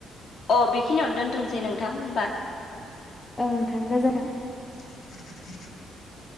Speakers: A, on the left; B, on the left.
A: अ' बेखिनियावनो दोनथ'सै नोंथां होमबा।
B: ओं थांगा जोदों
A: <inaudible>